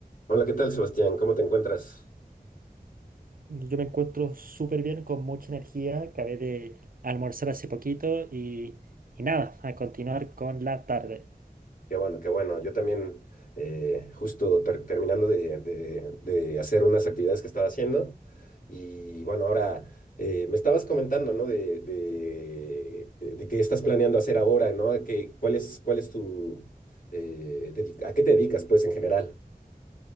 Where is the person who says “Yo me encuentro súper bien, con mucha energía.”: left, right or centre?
Right